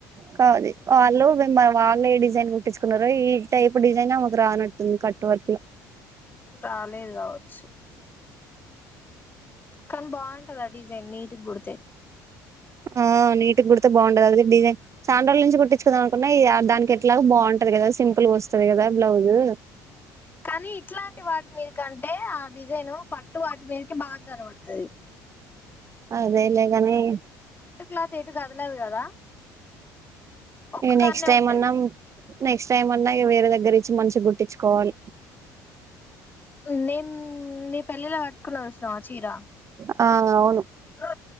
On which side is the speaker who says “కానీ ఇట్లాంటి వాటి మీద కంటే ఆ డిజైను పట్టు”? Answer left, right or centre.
Left